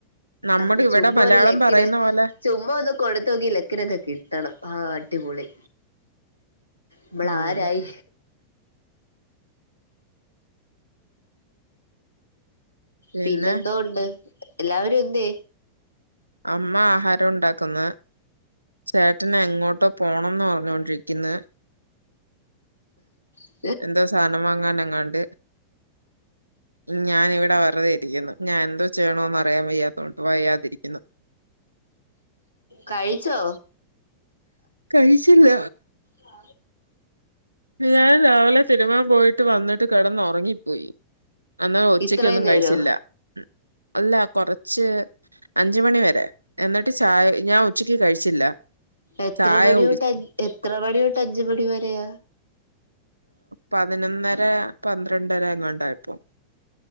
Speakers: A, on the right (about 85°); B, on the left (about 90°).
A: നമ്മുടെ
B: അഹ്
A: ഇവിടെ
B: ചുമ്മാ
A: മലയാളം
B: ഒരു ലെക്കിന്
A: പറയുന്ന പോലെ
B: ചുമ്മാ ഒന്ന് കൊടുത്തോക്കി ലക്കിനൊക്കെ കിട്ടണം. ആഹ് അടിപൊളി നമ്മള്
A: ഉം
B: ആരായി
A: പിന്നെ
B: പിന്നെന്തോൊണ്ട് എല്ലാവരും എന്തേ
A: അമ്മ ആഹാരൊണ്ടാക്ക്ന്ന് ചേട്ടനെങ്ങോട്ടോ പോണംന്ന് പറഞ്ഞൊണ്ടിരിക്ക്ന്ന്
B: അ
A: എന്തോ സാധനം വാങ്ങാൻ എങ്ങാണ്ട് ഞാാനിവിടെ വെറുതെ ഇരിക്കുന്നു ഞാൻ എന്തോ ചെയ്യണോന്ന് അറിയാൻ വയ്യാത്തോ വയ്യാതിരിക്കുന്നു
B: കഴിച്ചോ
A: കഴിച്ചില്ല
B: ആ
A: ഞാൻ രാവിലെ തിരുമാൻ പോയിട്ട് വന്നിട്ട് കെടന്ന് ഒറങ്ങിപ്പോയി അന്ന ഉച്ചക്ക്
B: ഇത്രയും
A: ഒന്നും
B: നേരോ
A: കയിച്ചില്ല അല്ല കൊറച്ച് അഞ്ചുമണി വരെ എന്നിട്ട് ചായ ഞാൻ ഉച്ചക്ക് കഴിച്ചില്ല
B: എത്ര
A: ചായ
B: മണിയൊട്ട്അ
A: കുടിച്ചു.
B: എത്ര മണി തൊട്ട് അഞ്ച് മണി വരെയ
A: പതിനൊന്നര പന്ത്രണ്ടര അങ്ങണ്ടായപ്പൊ